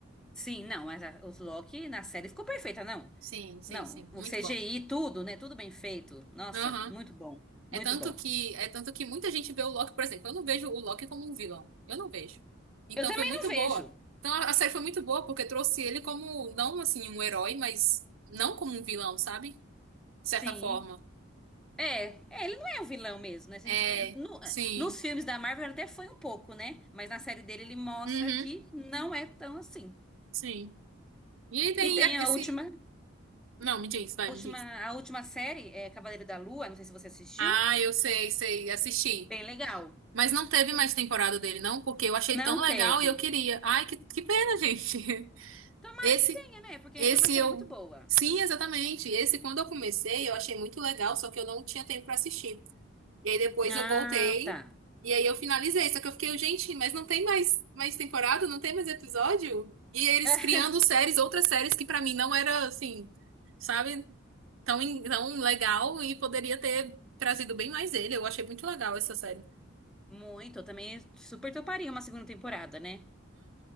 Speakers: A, in the centre; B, on the right.
A: Sim, não, mas a, os Loki na série ficou perfeita, não.
B: Sim, sim,
A: Não,
B: sim,
A: o
B: muito
A: CGI,
B: bom.
A: tudo, né? Tudo bem feito. Nossa,
B: Aham.
A: muito bom.
B: É
A: Muito
B: tanto
A: bom.
B: que é tanto que muita gente vê o Loki, por exemplo, eu não vejo o Loki como um vilão. Eu não vejo. Então,
A: Eu também
B: foi muito
A: não vejo.
B: boa. Então, a a série foi muito boa porque trouxe ele como não assim um herói, mas não como um vilão, sabe? De certa
A: Sim.
B: forma.
A: É, é, ele não é um vilão mesmo, né? Se
B: É,
A: a gente, pen- no- eh,
B: sim.
A: nos filmes da Marvel ele até foi um pouco, né? Mas na série dele ele mostra
B: Uhum,
A: que não é tão assim.
B: sim. E aí tem
A: E tem a
B: esse.
A: última.
B: Não, me diz, vai,
A: A
B: me
A: última,
B: diz.
A: a última série é Cavaleiro da Lua, não sei se você assistiu.
B: Ah, eu sei, sei, assisti.
A: Bem legal.
B: Mas não teve mais temporada dele, não, porque eu achei
A: Não
B: tão legal
A: teve.
B: e eu queria. Ai, que, que pena, gente. <laughs>
A: Tomara
B: Esse,
A: que tenha, né? Porque
B: esse
A: foi uma série
B: eu.
A: muito boa.
B: Sim, exatamente. Esse, quando eu comecei, eu achei muito legal, só que eu não tinha tempo pra assistir. E aí depois eu
A: Ah,
B: voltei.
A: tá.
B: E aí eu finalizei. Só que eu fiquei, gente, mas não tem mais, mais temporada? Não tem mais episódio? E eles
A: <laughs>
B: criando séries, outras séries que pra mim não era assim, sabe, tão, en- tão legal e poderia ter trazido bem mais ele. Eu achei muito legal essa série.
A: Muito, eu também super toparia uma segunda temporada, né?